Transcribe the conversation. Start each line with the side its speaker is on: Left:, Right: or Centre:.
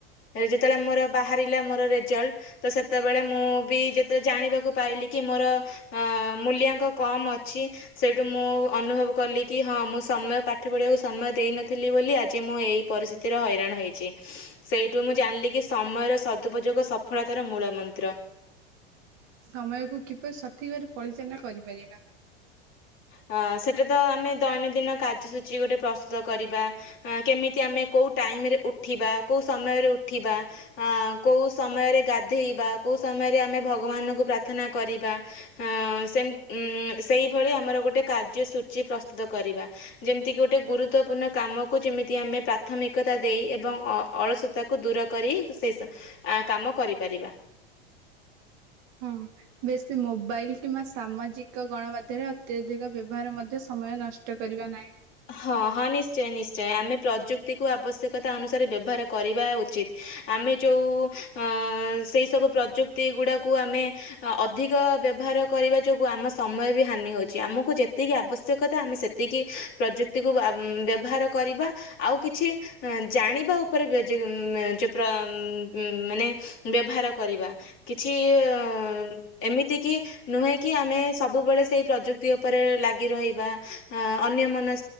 Left: ଯେତେବେଳେ ମୋର ବାହାରିଲା ମୋର ରେଜଲ୍ଟ ତ ସେତେବେଳେ ମୁଁ ବି ଯେତେବେଳେ ଜାଣିବାକୁ ପାଇଲିି କି ମୋର ଅଁ ମୂଲ୍ୟାଙ୍କ କମ୍ ଅଛି। ସେଇଠୁ ମୁଁ ଅନୁଭବ କଲି କି, ହଁ ମୁଁ ସମୟ ପାଠ ପଢିବାକୁ ସମୟ ଦେଇନଥିଲି ବୋଲି, ଆଜି ମୁଁ ଏଇ ପରିସ୍ଥିତିର ହଇରାଣ ହେଇଚି। ସେଇଠୁ ମୁଁ ଜାଣିଲି କି, ସମୟର ସଦୁପଯୋଗ ସଫଳତାର ମୂଳ ମନ୍ତ୍ର।
Right: ସମୟକୁୁ କିପରି ସଠିକ୍ ଭାବରେ ପଳିଚାଳନା କରିପାରିବା।
Left: ହଁ, ସେଟା ତ ଆମେ ଦୈନନ୍ଦିନ କାର୍ଯ୍ୟସୂଚୀ ଗୋଟେ ପ୍ରସ୍ତୁତ କରିବା। କେମିତି ଆମେ କୋଉ ଟାଇମ୍ ରେ ଉଠିବା? କୋଉ ସମୟରେ ଉଠିବାଁ? ଅଁ କୋଉ ସମୟରେ ଗାଧେଇବା? କୋଉ ସମୟରେ ଆମେ ଭଗବାନଙ୍କୁ ପ୍ରାର୍ଥନା କରିବା? ହଁ, ସେମ୍ ସେଇଭଳି ଆମର ଗୋଟେ କାର୍ଯ୍ୟସୂଚୀ ପ୍ରସ୍ତୁତ କରିବା। ଯେମିତିକି ଗୋଟେ ଗୁରୁତ୍ବପୂର୍ଣ୍ଣ କାମକୁ ଯେମିତି, ଆମେ ପ୍ରାଥମିକତା ଦେଇ ଏବଂ ଅ-ଅଳସ ତାକୁ ଦୂର କରି ସେଇ ସ କାମ କରିପାରିବା
Right: ହୁଁ। ବେଶୀ ମୋବାଇଲ୍ କିମ୍ବା ସାମାଜିକ ଗଣମାଧ୍ୟମରେ ଅତ୍ୟଧିକ ବ୍ୟବହାର ମଧ୍ୟ ସମୟ ନଷ୍ଟ କରିବା ନାହିଁ।
Left: ହଁ, ହଁ, ନିଶ୍ଚୟ ନିଶ୍ଚୟ ଆମେ ପ୍ରଯୁକ୍ତିକୁ ଆବଶ୍ୟକତା ଅନୁସାରେ ବ୍ୟବହାର କରିବା ଉଚିତ୍। ଆମେ ଯୋଉ ଅଁ ସେଇ ସବୁ ପ୍ରଯୁକ୍ତି ଗୁଡାକୁ ଆମେ ଅଧିକ ବ୍ୟବହାର କରିବା ଯୋଗୁଁ, ଆମ ସମୟ ବି ହାନି ହଉଛି। ଆମକୁ ଯେତିକି ଆବଶ୍ୟକତା ଆମେ ସେତ୍ ତିକି ପ୍ରଯୁକ୍ତିକୁ ଆ ବ୍ୟବହାର କରିବା। ଆଉ, କିଛି ଜାଣିବା ଉପରେ ବି ଯି ଯିପ୍ର ମାନେ ବ୍ୟବହାର କରିବା। କିଛି ଅଁ-ଅ ଏମିତି କି ନୁହେଁ, କି ଆମେ ସବୁବେଳେ ସେଇ ପ୍ରଯୁକ୍ତି ଉପରେ ଲାଗି ରହିବା। ଅଁ ଅନ୍ୟ ମନ